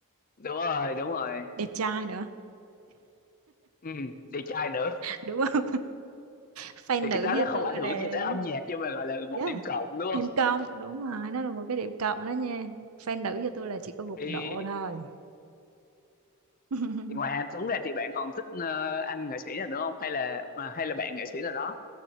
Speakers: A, on the left; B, on the right.
A: đúng rồi đúng rồi
B: đẹp trai nữa
A: ừ, đẹp trai nữa
B: <laughs> đúng không fan
A: thì
B: nữ
A: cái đó
B: như
A: nó
B: tôi
A: không ảnh hưởng
B: là
A: gì tới âm nhạc nhưng mà gọi là một
B: yeah
A: điểm cộng đúng
B: điểm
A: không
B: cộng đúng rồi nó là một cái điểm cộng đó nha fan nữ cho tôi là chỉ có một
A: thì,
B: độ thôi <laughs>
A: thì ngoài Hà Tuấn ra thì bạn còn thích ờ, anh nghệ sĩ nào nữa không hay là mà hay là bạn nghệ sĩ nào đó